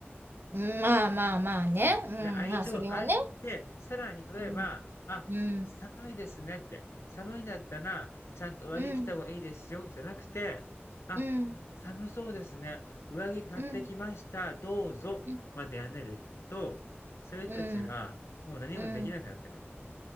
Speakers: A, on the right; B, on the left.
A: うん、まあまあまあね。
B: うん。
A: うん、
B: で、愛情あって、
A: まあ、それはね。
B: さらに例えば、
A: うん、
B: あ、
A: うん、
B: 寒いですねって、寒いんだったら、ちゃんと上着着た方がいいですよ、
A: うん、
B: じゃなくて、あ、
A: うん、
B: 寒そうですね、上着買ってきました、
A: うん、
B: どうぞ、
A: うん、
B: までやんないと、そういう人たちは、
A: うん、
B: もう何もできなくなってるの。
A: う